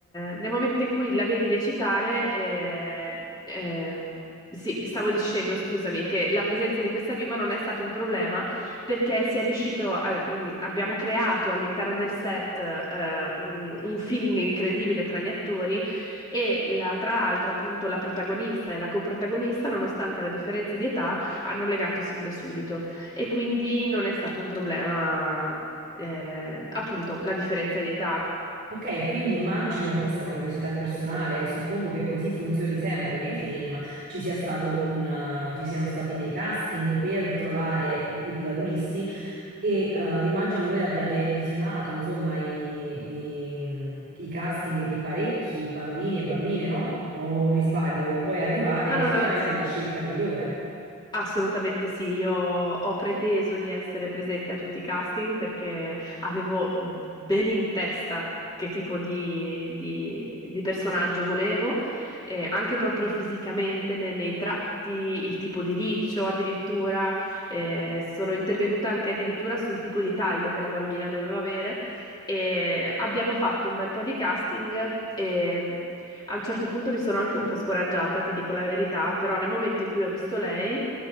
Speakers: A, on the left; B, on the right.
A: nel momento in cui la vedi recitare, eh, eh, sì, stavo dicendo, scusami, che la presenza di questa bimba non è stato un problema perché si è riuscito a- mh, abbiamo creato all'interno del set eh, un un feeling incredibile tra gli attori e la- tra l'altro, appunto, la protagonista e la coprotagonista, nonostante la differenza di età, hanno legato sin da subito e quindi non è stato un problema, eh, appunto, la differenza di età.
B: Ok, quindi immagino, questa è una curiosità personale, suppongo che così funzioni sempre nei film, ci sia stato un, eh, ci siano stati dei casting per trovare i i protagonisti e eh, immagino voi abbiate visionato, insomma, i, i- mh, i casting di parecchi bambini e bambine, no? O mi sbaglio? E poi arrivare
A: No, no,
B: sicuramente
A: no, sì,
B: alla scelta migliore.
A: Assolutamente sì, io ho preteso di essere presente a tutti i casting perché avevo bene in testa che tipo di, di- di personaggio volevo, eh, anche proprio fisicamente, ne- nei, tratti, il tipo di riccio addirittura, eh, sono intervenuta anche addirittura sul tipo di taglio che la bambina doveva avere e abbiamo fatto un bel po' di casting e mm, a un certo punto mi sono anche un po' scoraggiata, ti dico la verità, però nel momento in cui ho visto lei